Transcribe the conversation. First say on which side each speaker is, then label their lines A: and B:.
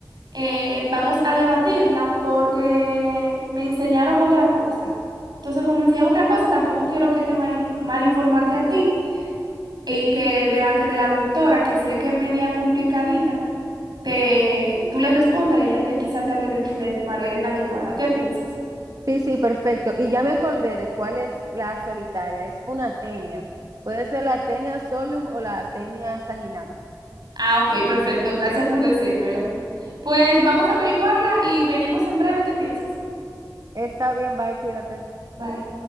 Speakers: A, on the right; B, on the right.
A: eh, vamos a debatirla porque me enseñaron otra cosa. Entonces, como me enseñaron otra cosa, tampoco quiero que te mal, mal informarte a ti y que delante de la doctora, que sé que es media complicadita, te, tú le respondas y ella te, quizá te hable de, de manera inadecuada. ¿Qué piensas?
B: Sí, sí, perfecto. Y ya me acordé de cuál es la solitaria. Es una tenia. Puede ser la tenia solium o la tenia saginata.
A: Ah, ok, perfecto. Gracias por decírmelo. Pues vamos a averiguarla y venimos en breve. ¿Qué piensas?
B: Está bien, bye, cuídate.
A: Bye.